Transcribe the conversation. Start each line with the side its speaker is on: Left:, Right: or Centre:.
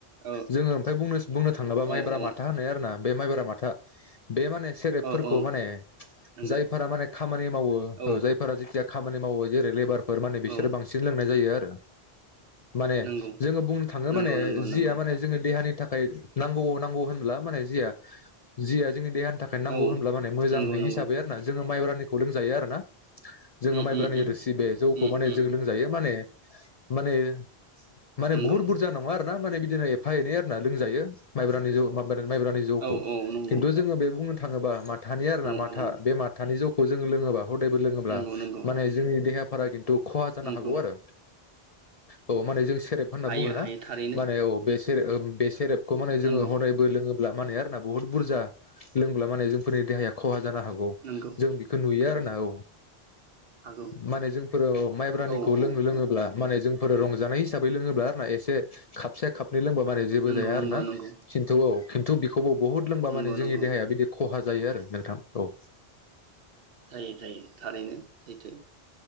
Right: औ
Left: जोङो ओमफाय बुंनो, बुंनो थाङोबा
Right: औ
Left: माइब्रा
Right: औ
Left: माथा होननाय आरोना बे माइब्रा मा था बे माने सेरेबफोरखौ
Right: औ औ
Left: माने
Right: नंगौ
Left: जायफोरा माने खामानि मावो
Right: औ
Left: ओ जायफोरा जेथिया खामानि मावो जेरै लेबार फोर माने बिसोरो
Right: औ
Left: बांसिन लोंनाय जायो आ रो माने
Right: नंगौ
Left: जोङो बुंनो थाङो
Right: नंगौ
Left: माने
Right: नंगौ
Left: जिया
Right: नंगौ
Left: माने जोङो देहानि थाखाय नांगौ नांगौ होनब्ला माने जिया जिया जोंनि देहानि थाखाय नांगौ
Right: औ
Left: होनब्ला माने मोजांहिसाबै
Right: नंगौ नंगौ
Left: आरो ना जोङो माइब्रानि खौ लोंजायो आरो ना। जोङो
Right: उम
Left: माइब्रानि
Right: उम उम
Left: रोसि बे जौखौ
Right: उम
Left: माने
Right: उम
Left: जों लोंजायो माने माने माने
Right: नंगौ
Left: बुहुत बुरजा नङा आरो। ना माने बिदिनो एफा एने आरोना लोंजायो माइब्रानि जौ माइब्रानि जौखौ
Right: औ औ नंगौ
Left: किनथु जों बे बुंनो थाङोबा माथ थानि आर
Right: औ
Left: ना माथा
Right: औ
Left: बे माथानि जौ खौ जों लोङोबा हदायबो लोङोब्ला
Right: नंगौ नंगौ
Left: माने जोंनि देहा फोरा थ खहा जानो
Right: नंगौ
Left: हागौ आरो। औ माने जों सेरेब होनना
Right: हायो
Left: बुङो ना।
Right: हायो थारैनो
Left: माने औ बे
Right: सैथो
Left: सेर बे सेरेबखौ माने जोङो
Right: नंगौ
Left: हदायबो लोङोब ब्ला माने बुहुत बुजा लोंब्ला जोंनि देहाया खहा जानो हागौ
Right: नंगौ
Left: जों बेखौ नुयो आरो। ना औ।
Right: हागौ
Left: माने जोंफोरो माइब्रानिखौ
Right: औ
Left: लोंनो
Right: औ
Left: लोङोब्ला
Right: औ
Left: माने जों फोरो रंजानाय हिसाबै लोङोब्ला आरोना एसे खापसे खाप लोंबा माने जेबो
Right: नंगौ
Left: जाया आरो
Right: नंगौ
Left: ना
Right: नंगौ
Left: खिन्थौ औ खिन्थु बिख खौ बहुद लोंबा
Right: नंगौ
Left: माने जोंनि
Right: नंगौ
Left: देहाया बिदि खहा जायो आरो नोंथां औ।
Right: जायो जायो थारैनो सैथो।